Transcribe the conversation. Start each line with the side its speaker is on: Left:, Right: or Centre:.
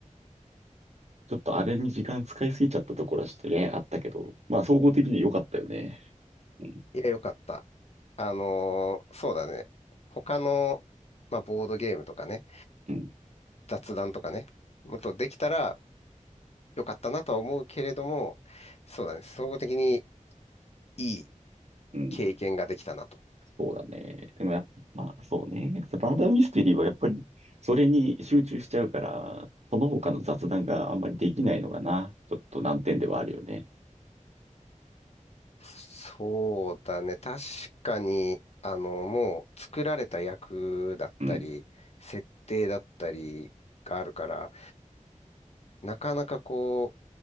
Right: ちょっとあれに時間使いすぎちゃったところはちょっとね、あったけど、まあ総合的に良かったよね。うん、
Left: いや、よかった。あのーそうだね。他の、まあ、ボードゲームとかね、
Right: うん、
Left: 雑談とかね、もっとできたらよかったなとは思うけれども、そうだね。総合的にいい
Right: うん。
Left: 経験ができたなと。
Right: そうだね。でもやっぱ、まあそうね。バーダーミステリーはやっぱりそれに集中しちゃうから、その他の雑談があんまりできないのかな。ちょっと難点ではあるよね。
Left: そうだね。確かに、あの、もう作られた役だったり、
Right: うん。
Left: 設定だったりがあるから、なかなかこ